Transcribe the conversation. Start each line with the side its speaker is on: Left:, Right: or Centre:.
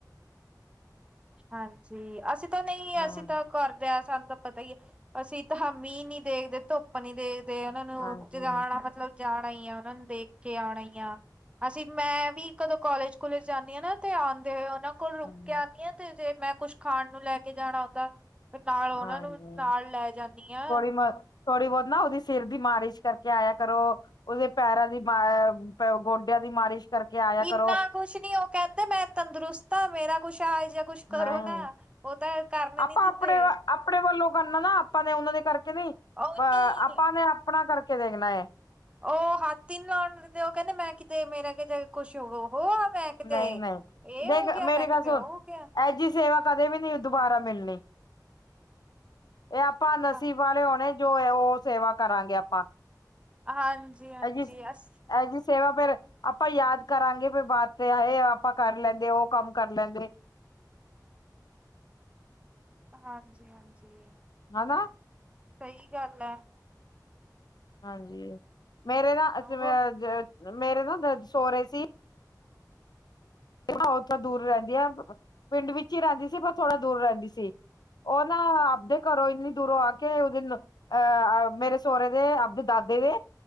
Right: ਹਾਂਜੀ, ਅਸੀਂ ਤਾਂ ਨਹੀਂ
Left: ਹੂੰ,
Right: ਅਸੀਂ ਤਾਂ ਕਰਦੇ ਹ ਸਾਨੂੰ ਪਤਾ ਹੀ ਹੈ ਅਸੀਂ ਤਾਂ ਮੀਂਹ ਨੀ ਦੇਖਦੇ, ਧੁੱਪ ਨੀ ਦੇਖਦੇ ਉਹਨਾਂ ਨੂੰ
Left: ਹਾਂਜੀ,
Right: ਜਗਾਣਾ ਮਤਲਬ ਜਾਣਾ ਹੀ ਆ ਉਹਨਾਂ ਨੂੰ ਦੇਖ ਕੇ ਆਉਣਾ ਆ ਅਸੀਂ ਮੈਂ ਵੀ ਕਦੋਂ ਕਾਲਜ ਕਾਲਜ ਜਾਂਦੀ ਹਾਂ ਨਾ ਤੇ ਆਉਂਦੇ ਹੋਏ ਉਹਨਾਂ ਕੋਲ ਰੁਕ
Left: ਹੂੰ,
Right: ਕੇ ਆਉਂਦੀ ਹਾਂ ਤੇ ਜੇ ਮੈਂ ਕੁੱਝ ਖਾਣ ਨੂੰ ਲੈ ਕੇ ਜਾਣਾ ਹੁੰਂਦਾ ਤੇ ਨਾਲ ਉਹਨਾਂ
Left: ਹਾਂਜੀ।
Right: ਨੂੰ ਨਾਲ ਲੈ ਜਾਂਦੀ ਹਾਂ।
Left: ਮ ਥੋੜੀ ਬਹੁਤ ਨਾ, ਉਹਦੀ ਸਿਰ ਦੀ ਮਾਲਿਸ਼ ਕਰਕੇ ਆਇਆ ਕਰੋ ਉਹਦੇ ਪੈਰਾਂ ਦੀ ਮ ਗੋਡਿਆਂ ਦੀ ਮਾਲਿਸ਼ ਕਰਕੇ ਆਇਆ
Right: ਇੰਨਾ
Left: ਕਰੋ।
Right: ਕੁਛ ਨੀ ਉਹ ਕਹਿੰਦੇ ਕਹਿੰਦੇ ਮੈਂ ਤੰਦਰੁਸਤ ਹਾਂ ਮੇਰਾ ਕੁਛ ਆ ਜਾਂ ਕੁਛ ਕਰੋ
Left: ਨਹੀਂ,
Right: ਨਾ ਉਹ ਤਾਂ ਕਰਨ
Left: ਆਪਾਂ
Right: ਨੀ ਦਿੰਦੇ
Left: ਆਪਣੇ ਆਪਣੇ ਵੱਲੋਂ ਕਰਨਾ ਨਾ ਆਪਾਂ ਨੇ ਉਹਨਾਂ ਦੇ ਕਰਕੇ ਨੀ
Right: ਉਹ
Left: ਅ
Right: ਨੀ
Left: ਆਪਾਂ ਨੇ ਆਪਣਾ ਕਰਕੇ ਦੇਖਣਾ
Right: ਉਹ ਹੱਥ ਹੀ ਨੀ ਲਾਉਣ ਦਿੰਦੇ ਉਹ ਕਹਿੰਦੇ ਮੈਂ ਕਿਤੇ ਮੇਰਾ ਕੁਛ ਹੋ ਉਹ ਮੈਂ ਕਿਤੇ
Left: ਨਹੀਂ -ਨਹੀਂ,
Right: ਇਹ
Left: ਦੇਖ
Right: ਹੋ ਗਿਆ
Left: ਮੇਰੀ
Right: ਮੈਂ ਕਿਤੇ
Left: ਗੱਲ ਸੁਣ
Right: ਉਹ ਹੋ ਗਿਆ
Left: ਸੇਵਾ ਕਦੇ ਵੀ ਨੀ ਦੁਬਾਰਾ ਮਿਲਣੀ, ਇਹ ਆਪਾਂ ਨਸੀਬ
Right: ਹਾਂ
Left: ਵਾਲੇ ਆਉਣੇ ਜੋ ਹੈ ਉਹ ਸੇਵਾ ਕਰਾਂਗੇ ਆਪਾਂ
Right: ਹਾਂਜੀ -ਹਾਂਜੀ
Left: ਇਹ ਜਿਹੀ
Right: ਅਸ
Left: ਇਹ ਕੀ, ਸੇਵਾ ਫੇਰ, ਆਪਾਂ ਯਾਦ ਕਰਾਂਗੇ। ਫੇਰ ਬਾ- ਤੇ ਇਹ, ਆਪਾਂ ਕਰ ਲੈਂਦੇ। ਉਹ ਕੰਮ ਕਰ ਲੈਂਦੇ।
Right: ਹਾਂਜੀ, ਹਾਂਜੀ।
Left: ਹਨਾ
Right: ਸਹੀ ਗੱਲ ਹੈ।
Left: ਹਾਂਜੀ, ਮੇਰੇ ਨਾ ਅਸੀਂ
Right: ਉਹ
Left: ਮੇਰੇ ਨਾ ਸੋਹਰੇ ਸੀ ਉਹ ਦੂਰ ਰਹਿੰਦੀ ਆ, ਪਿੰਡ ਵਿੱਚ ਹੀ ਰਹਿੰਦੀ ਸੀ ਪਰ ਥੋੜਾ ਦੂਰ ਰਹਿੰਦੀ ਸੀ ਉਹ ਨਾ ਆਪਦੇ ਘਰੋਂ ਇੰਨੀ ਦੂਰੋਂ ਆ ਕੇ ਉਹਦੇ ਅਹ ਮੇਰੇ ਸਹੁਰੇ ਦੇ ਆਪਦੇ ਦਾਦੇ ਦੇ